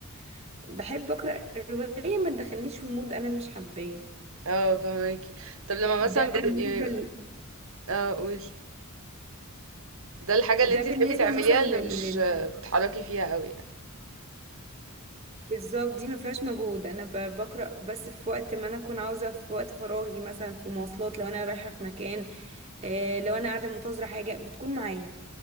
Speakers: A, on the right; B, on the right.
A: فبحب اقرا الرواية ما تدخلنيش في مود انا مش حباه
B: اه فهماكي طب لما
A: ده
B: مثلا
A: بالنسبة
B: بتبقي
A: ل...
B: اه قولي ده الحاجة اللي
A: ده
B: انتي
A: بالنسبة
B: بتحبي تعمليها
A: مثلا لل...
B: اللي مش
A: لل...
B: آه، بتتحركي فيها قوي
A: بالظبط دي ما فيهاش مجهود انا ب... بقرا بس في وقت ما انا اكون عاوزة في وقت فراغي مثلا في مواصلات لو انا رايحة في مكان آه، لو انا قاعدة منتظرة حاجة بتكون معايا